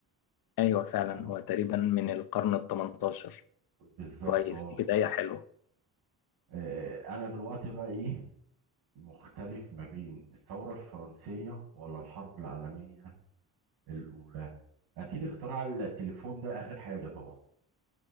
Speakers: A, on the left; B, on the right.
A: ايوه فعلا
B: هو
A: هو تقريبا من القرن ال 18
B: بالظبط
A: كويس
B: اه
A: بداية حلوة
B: آه، انا دلوقتي بقى ايه مختلف ما بين الثوره الفرنسيه ولا الحرب العالميه الاولى اكيد اختراع التليفون ده اخر حاجه طبعا